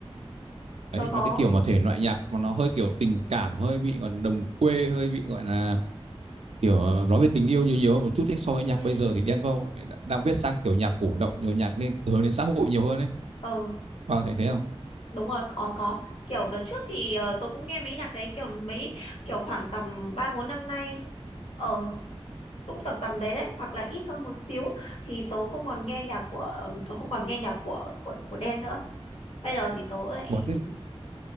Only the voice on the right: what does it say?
Đấy,
nó cái kiểu mà thể loại nhạc mà nó hơi kiểu tình cảm, hơi bị còn đồng quê, hơi bị gọi là kiểu ờ, nói về tình yêu nhiều nhiều hơn một chút ấy so với nhạc
bây giờ thì Đen Vâu đang viết sang kiểu nhạc cổ động nhiều nhạc nên hướng đến xã hội nhiều hơn ấy
bà thấy thế không
Ủa, thế,